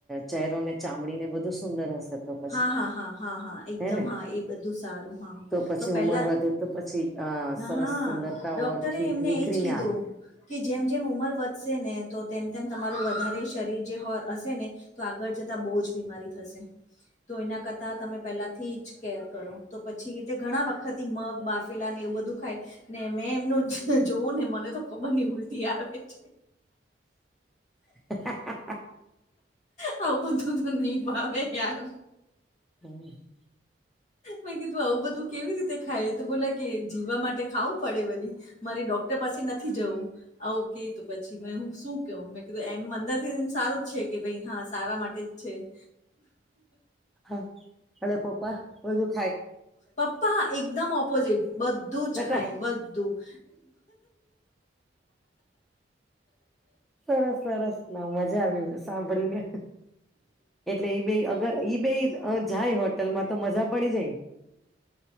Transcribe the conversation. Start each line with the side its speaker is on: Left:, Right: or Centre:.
Centre: ચહેરોને ચામડીને બધું સુંદર હશે. તો પછી
Left: હા હા હા હા હા એકદમ
Centre: હે ને
Left: હા એ બધું સારું હા
Centre: પછી
Left: તો પેલા
Centre: ઉમર વધે તો પછી અ
Left: હા
Centre: સરસ સુંદરતા
Left: ડોક્ટરે
Centre: ઓર ખી
Left: એમને
Centre: નીખરીને
Left: એજ કીધું.
Centre: આવે
Left: કે જેમ જેમ ઉંમર વધશે ને તો તેમ તેમ તમારું વધારે શરીર જે હોય હશે ને. તો આગળ જતા બો જ બીમારી થશે. તો એના કરતા તમે પહેલાથી જ કેર કરો તો પછી જે ઘણા વખત થી મગ બાફ ફેલા ને એવુ બધું ખાય ને મેં એમનું જોવું ને મને તો ખબર નહિ ઉલટી આવે. <inaudible>
Centre: <inaudible>
Left: હ આવું બધું તો નહી ભાવે યાર.
Centre: હમ્મ
Left: મે કીધું આવું બધું કેવી રીતે ખાય તો બોલા કે જીવા માટે ખાવું પડે વરી. મારે ડોક્ટર પાસે નથી જવું આવું કે તો પછી મે શું કેવું મેં કીધું એમ અંદર થી સારું જ છે કે ભાઈ હા સારા માટે જ છે. <inaudible>
Centre: હા હળે પાપા ઓયું
Left: પપ્પા એકદમ ઓપોઝિટ બધું જ
Centre: ચટા
Left: ખાય બધું. <inaudible>
Centre: સરસ સરસ ના મજા આવ્યું સાંભળીને. એટલે ઈ બે અગર બે જાય હોટલમાં તો મજા પડી જાય.